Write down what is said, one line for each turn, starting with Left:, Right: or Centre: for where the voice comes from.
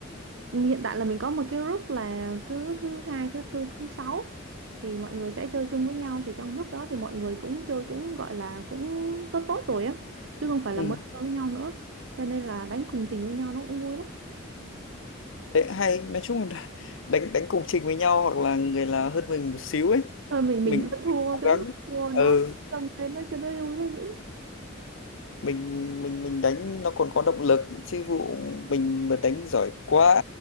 Right: Hiện tại là mình có một cái group là cứ thứ hai, thứ tư, thứ sáu thì mọi người sẽ chơi chung với nhau thì trong group đó thì mọi người cũng chơi cũng gọi là cũng tốt tốt rồi á chứ không phải
Left: ừ.
Right: là mới chơi với nhau nữa cho nên là đánh cùng trình với nhau nó cũng vui lắm
Left: thế hay nói chung là <laughs> đánh đánh cùng trình với nhau hoặc là người là hơn mình một xíu ấy
Right: thôi mình
Left: mình
Right: mình <laughs> hơn thua
Left: cố
Right: cái
Left: gắng
Right: đánh hơn thua
Left: ừ
Right: nó dâng lên nó cho nó vui nó dữ
Left: mình mình mình đánh nó còn có động lực chứ vụ mình mà đánh giỏi quá